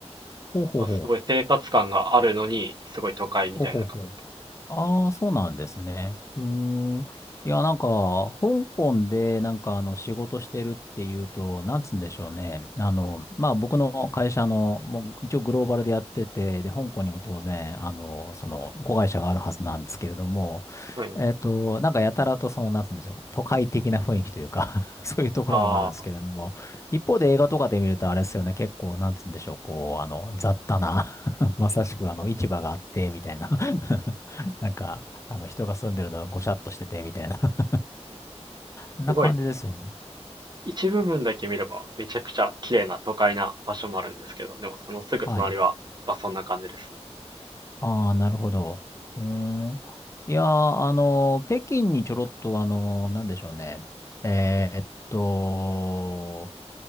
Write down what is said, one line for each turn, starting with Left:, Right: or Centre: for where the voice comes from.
Left: ほうほうほう。
Right: まあすごい生活感があるのに、すごい都会みたいな感じ。
Left: ほうほうほう。ああ、そうなんですね。うーん。いや、なんか、香港で、なんか、あの、仕事してるっていうと、なんつうんでしょうね。あの、まあ、僕の会社の、もう、一応グローバルでやってて、で、香港にも当然、あの、その、子会社があるはずなんですけれども、
Right: はい。
Left: えっと、なんか、やたらと、その、なんつうんでしょう、都会的な雰囲気というか <laughs> そういうところもあるんですけれども、
Right: ああ、
Left: 一方で映画とかで見ると、あれですよね、結構、なんつうんでしょう、こう、あの、雑多な <laughs> まさしく、あの、市場があって、みたいななんか、あの、人が住んでるのがごしゃっとしてて、みたいな <laughs>。な感じですよね。
Right: すごい。一部分だけ見ればめちゃくちゃ綺麗な都会な場所もあるんですけど、でもそのすぐ隣は、
Left: はい。
Right: まあそんな感じですね。
Left: ああ、なるほど。うーん。いやー、あの、北京にちょろっと、あの、なんでしょうね。えーっと、